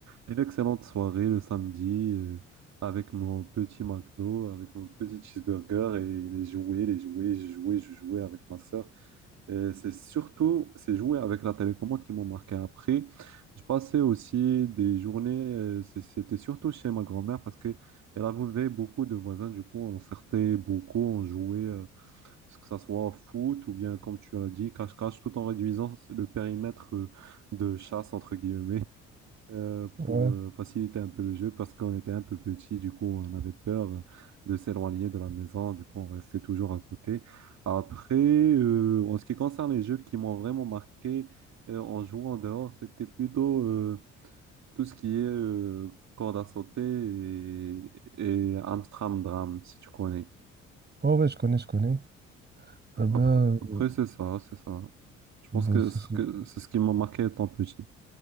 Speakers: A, on the right (about 45°); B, on the right (about 25°).
A: une excellente soirée le samedi euh, avec mon petit McDo, avec mon petit cheeseburger et les jouets, les jouets, je jouais, je jouais avec ma sœur. Et c'est surtout ces jouets avec la télécommande qui m'ont marqué. Après, je passais aussi des journées, euh, c'est- c'était surtout chez ma grand-mère parce qu'elle avait beaucoup de voisins. Du coup, on sortait beaucoup, on jouait, euh, que ça soit au foot ou bien, comme tu l'as dit, cache-cache, tout en réduisant le périmètre euh, de chasse, entre guillemets euh,
B: ouais.
A: pour euh, faciliter un peu le jeu parce qu'on était un peu petit, du coup on avait peur euh, de s'éloigner de la maison, du coup on restait toujours à côté. Après, euh, en ce qui concerne les jeux qui m'ont vraiment marqué euh, en jouant dehors, c'était plutôt euh, tout ce qui est euh, corde à sauter et, et Amstramdram, si tu connais.
B: Ouais, ouais, je connais, je connais. Euh, ben,
A: Après, après,
B: euh,
A: c'est ça, c'est ça. Je pense
B: ben,
A: que
B: c'est
A: c'est
B: c'est-
A: ce que- c'est ce qui m'a marqué étant petit.